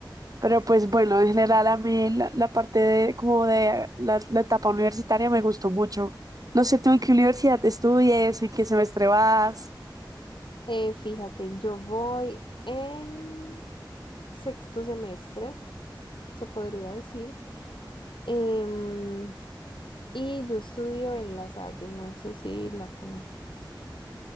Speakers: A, on the right (about 50°); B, on the left (about 80°).
A: pero pues bueno, en general a mí la, la parte de como de la, la etapa universitaria me gustó mucho. No sé tú en qué universidad estudias, en qué semestre vas.
B: Eh, fíjate, yo voy en sexto semestre, se podría decir. Em, y yo estudio en La Salle, no sé si la conozcas.